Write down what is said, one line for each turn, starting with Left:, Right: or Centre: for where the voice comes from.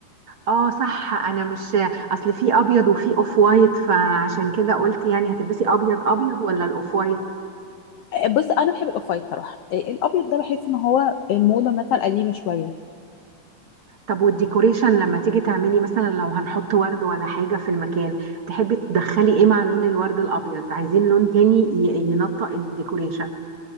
Right: اه صح انا مش اصل في ابيض وفي اوف وايت فعشان كده قلت يعني هتلبسي ابيض ابيض ولا الاوف وايت
Left: آه، بص انا بحب الاوف وايت صراحه آه، الابيض ده بحس ان هو موضه مثلا قديمه شويه
Right: طب والديكوريشن لما تيجي تعملي مثلا لو هنحط ورد ولا حاجة في المكان تحبي تدخلي ايه مع لون الورد الابيض عايزين لون تاني ي- ينطق الديكوريشن